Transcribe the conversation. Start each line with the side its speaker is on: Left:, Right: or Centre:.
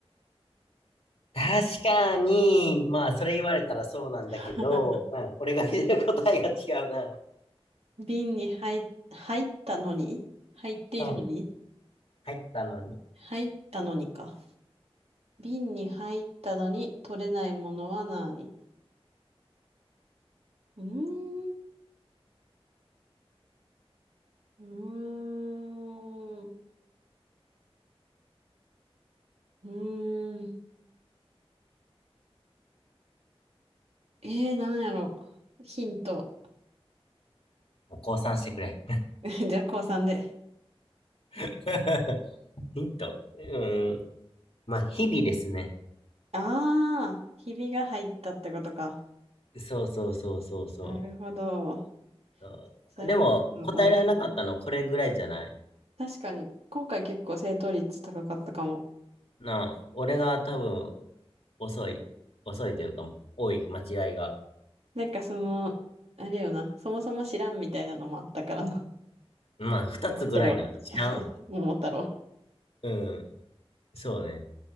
Left: 確かに、
Right: うん
Left: まあ、それ言われたらそうなんだけど、
Right: <laughs>
Left: うん、俺が見てる答えが違うな。
Right: 瓶に入、入ったのに入っているのに
Left: うん。入ったのに。
Right: 入ったのにか。瓶に入ったのに取れないものは何うーん。うーん。うーん。えー、なんやろ。ヒント。
Left: もう降参してくれ。
Right: <laughs> じゃあ、高3で。
Left: <laughs> ヒント。うん。まあ、日々ですね。
Right: ああ、ひびが入ったってことか。
Left: そうそうそうそうそ
Right: なるほど。
Left: う。
Right: それはちょっと思い浮かばない。
Left: あでも、答えられなかったのこれぐらいじゃない
Right: 確かに、今回結構正答率高かったかも。
Left: なあ、俺が多分、遅い。遅いというか、多い、間違いが。
Right: なんかその、あれよな、そもそも知らんみたいなのもあったからな。
Left: まあ、
Right: <laughs>
Left: 二つぐらいな。
Right: オセロとか、
Left: 知らん。
Right: <laughs> 桃太郎。
Left: うん。そうね。